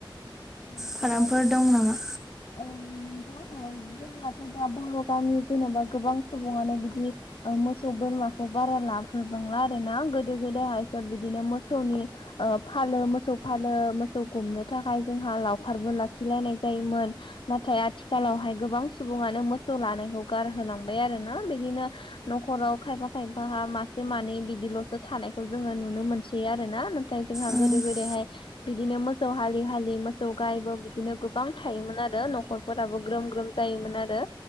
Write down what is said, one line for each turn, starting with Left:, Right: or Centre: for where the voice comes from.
Left: औ
Centre: फारामफोर
Left: औ ओ
Centre: दं नामा?
Left: <unintelligible> जोंनाथ' दा बर' गामि जेन'बा गोबां सुबुङानो बिदि ओ मोसौ बोरमाखौ बारा लाबोग्रोबांला आरो ना गोदो गोदायहाय बिदिनो मोसौनि ओ फालो मोसौ फालो मोसौ गुमनो थाखाय जोंहा लावखारबो लाखिलायनाय जायोमोन। नाथाय आथिखालावहाय गोबां सुबुङानो मोसौ लानायखौ गारहोलांबाय आरो ना बिदिनो न'खराव खायफा खायफाहा मासे मानै बिदिल'सो थानायखौ जोङो नुनो मोनसै आरो ना ना थाय जोंहा
Centre: औ
Left: गोदो गोदायहाय बिदिनो मोसौ हालि हालि मोसौ गायबो बिदिनो गोबां थायोमोन आ रो न'खरफोराबो ग्रोम ग्रोम जायोमोन आरो।